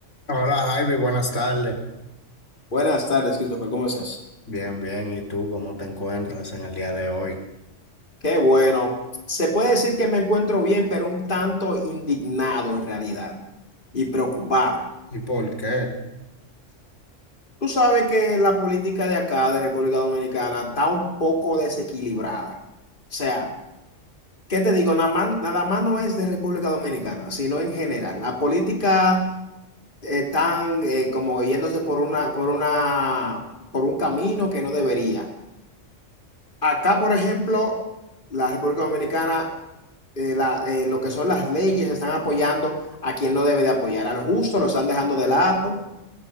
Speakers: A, on the left; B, on the left.
A: Hola Javi, buenas tardes.
B: Buenas tardes, Christopher, ¿cómo estás?
A: Bien, bien. ¿Y tú cómo te encuentras en el día de hoy?
B: Qué bueno. Se puede decir que me encuentro bien, pero un tanto indignado en realidad y preocupado.
A: ¿Y por qué?
B: Tú sabes que la política de acá, de República Dominicana, está un poco desequilibrada. O sea, ¿qué te digo? Nada más, nada más no es de República Dominicana, sino en general. La política eh, están eh, como yéndose por una, por una, por un camino que no debería. Acá, por ejemplo, la República Dominicana eh, la- eh, lo que son las leyes están apoyando a quien no debe de apoyar. Al justo lo están dejando de lado,